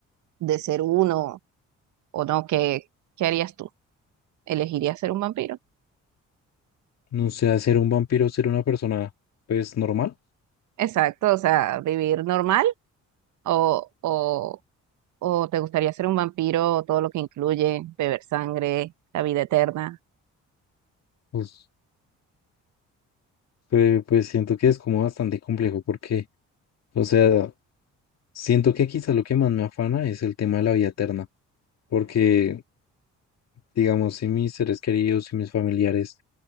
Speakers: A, on the right; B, on the left.
A: de ser uno o no, ¿qué, qué harías tú? ¿Elegirías ser un vampiro?
B: No sé, ser un vampiro, ser una persona, pues, normal.
A: Exacto, o sea, vivir normal o, o, o te gustaría ser un vampiro, todo lo que incluye beber sangre, la vida eterna.
B: Pues, pues, pues siento que es como bastante complejo porque, o sea, siento que quizás lo que más me afana es el tema de la vida eterna. Porque, digamos, si mis seres queridos y mis familiares